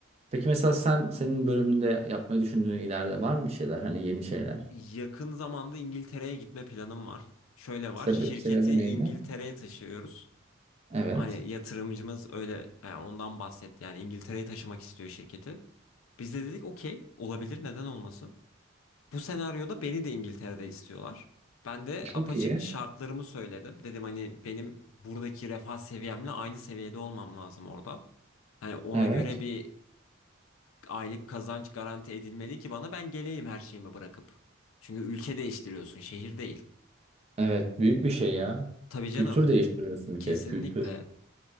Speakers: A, on the right (about 30°); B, on the left (about 80°).
A: Peki mesela sen senin bölümünde yapmayı düşündüğün ileride var mı bir şeyler hani yeni şeyler?
B: Yakın zamanda İngiltere'ye gitme planım var. Şöyle var.
A: Sebep
B: Şirketi
A: sebebi neydi?
B: İngiltere'ye taşıyoruz.
A: Evet.
B: Hani yatırımcımız öyle yani ondan bahsetti. Yani İngiltere'ye taşımak istiyor şirketi. Biz de dedik okey olabilir neden olmasın. Bu senaryoda beni de İngiltere'de istiyorlar. Ben de
A: Çok
B: apaçık
A: iyi.
B: şartlarımı söyledim. Dedim hani benim buradaki refah seviyemle aynı seviyede olmam lazım orada. Hani ona
A: Evet.
B: göre bir aylık kazanç garanti edilmeli ki bana ben geleyim her şeyimi bırakıp. Çünkü ülke değiştiriyorsun, şehir değil.
A: Evet büyük bir şey ya.
B: Tabii canım,
A: Kültür değiştiriyorsun bir
B: kesinlikle.
A: kere kültür.